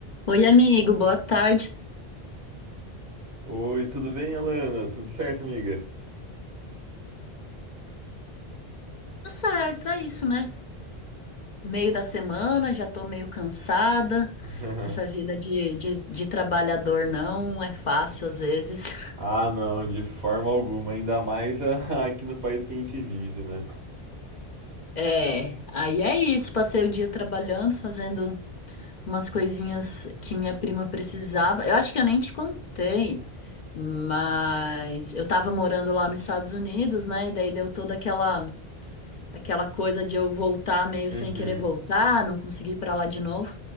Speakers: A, on the left; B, on the right.
A: Oi, amigo, boa tarde.
B: Oi, tudo bem, Alana? Tudo certo, amiga?
A: Tudo certo, é isso, né? Meio da semana, já tô meio cansada.
B: <laughs>
A: Essa vida de, de, de trabalhador não é fácil às vezes.
B: Ah,
A: <laughs>
B: não, de forma alguma, ainda mais a- <laughs> aqui no país que a gente vive, né?
A: É, aí é isso. Passei o dia trabalhando, fazendo umas coisinhas que minha prima precisava. Eu acho que eu nem te contei, mas eu tava morando lá nos Estados Unidos, né? E daí deu toda aquela Aquela coisa de eu voltar meio
B: Uhum.
A: sem querer voltar, não conseguir ir pra lá de novo.